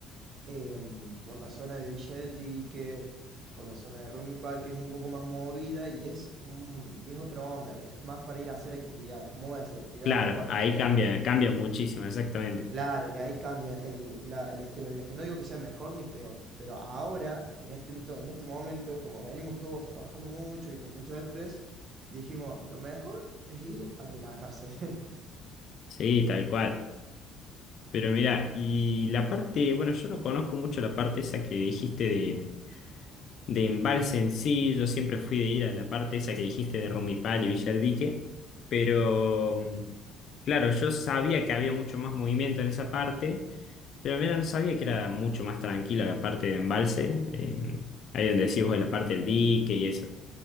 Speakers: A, on the right (about 50°); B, on the left (about 55°).
A: em, por la zona de Villa del Dique, por la zona de Rumipal, que es un poco más movida y es un, y es otra onda, es más para ir a hacer actividades, ¿cómo voy a decir? Actividades
B: Claro,
A: acuáticas.
B: ahí
A: Él
B: cambia, cambia muchísimo, exactamente.
A: Claro, y ahí cambia el, la- el estilo del viaje. No digo que sea mejor ni peor, pero ahora, en este, ento- en este momento, como venimos todos trabajando mucho y con mucho estrés, dijimos, lo mejor es ir a relajarse. <laughs>
B: Sí, tal cual. Pero mira, y la parte, bueno, yo no conozco mucho la parte esa que dijiste de embalse en sí, yo siempre fui de ir a la parte esa que dijiste de Romipal y Villa del Dique, pero mm, claro, yo sabía que había mucho más movimiento en esa parte, pero mira, no sabía que era mucho más tranquila la parte de embalse, eh, ahí donde decís vos de la parte del dique y eso.